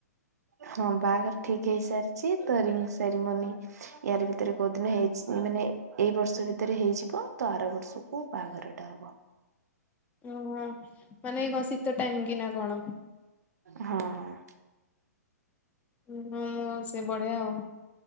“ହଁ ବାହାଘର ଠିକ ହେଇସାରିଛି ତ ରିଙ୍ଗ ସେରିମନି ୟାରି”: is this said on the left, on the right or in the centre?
Right